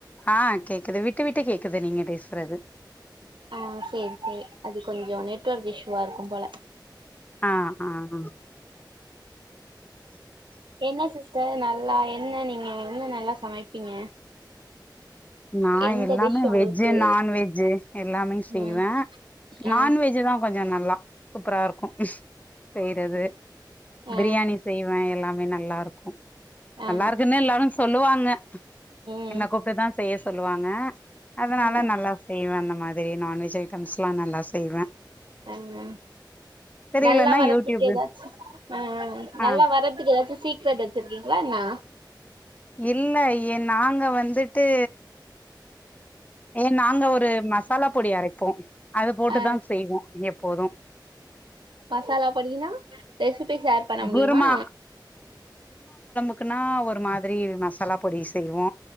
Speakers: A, on the left (about 20°); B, on the right (about 90°).
A: ஆஹ் கேக்குது விட்டு விட்டு கேக்குது நீங்க பேசுறது
B: ஆஹ் சேரி சேரி அது கொஞ்ச நெட்வொர்க் இஷூுவா இருக்கு போல
A: ஆஹ் ஆஹ் ஆஹ்
B: என்ன சிஸ்டர் நல்லா என்ன நீங்க என்ன நல்லா சமைப்பீங்க
A: நா
B: எந்த
A: எல்லாமே
B: டிஷ் உங்களுக்கு
A: வெஜ்ஜு நான்வெஜ்ஜூ எல்லாமே செய்வேன்
B: ம்
A: நான்வெஜ்தா
B: ஆ
A: கொஞ்ச நல்லா சூப்பரா இருக்கு செய்யறது
B: ஆ
A: பிரியாணி செய்வேன் எல்லா மே நல்லா இருக்கு
B: ஆ ஆ
A: நல்லா இருக்குன்னு எல்லாரு சொல்லுவாங்க உன்ன
B: ம்
A: என்ன கூப்டுதான் செய்ய சொல்லுவாங்க அதனால
B: ஆ
A: நல்லா செய்வேன் ந மாதிரி நான்வெஜ் ஐட்டம்ஸ்லாம் நல்லா செய்வேன்
B: அ அ
A: தெரியலன்னா
B: நல்லா வர்றதுக்கு
A: யூடியூப்
B: எதாச்சு ஆ நல்லா
A: ஆ
B: வரற்துக் எதாச்சு சீக்ரெட் வெச்சிருக்கிங்ளா என்ன
A: இல்ல எ நாங்க வந்துட்டு ஏ நாங்க ஒரு மசாலாப் பொடி அரைப்போ அது போட்டு
B: ஆ
A: தான் செய்வோ எப் போதும்
B: மசாலா பொடினா ரெசுப்பி சேர் பண்ண முடியுமா
A: குருமா க்குன்னா ஒரு மாதிரி மசாலா பொடி செய்வோ